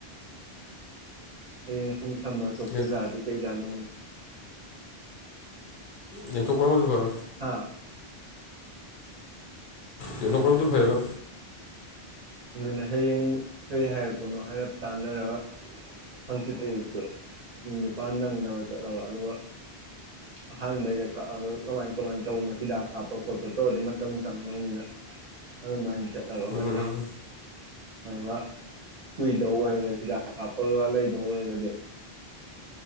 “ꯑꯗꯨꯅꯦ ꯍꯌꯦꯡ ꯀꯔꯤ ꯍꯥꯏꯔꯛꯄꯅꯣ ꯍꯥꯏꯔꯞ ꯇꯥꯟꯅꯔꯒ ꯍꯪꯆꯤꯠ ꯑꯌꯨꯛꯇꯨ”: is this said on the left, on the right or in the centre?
Right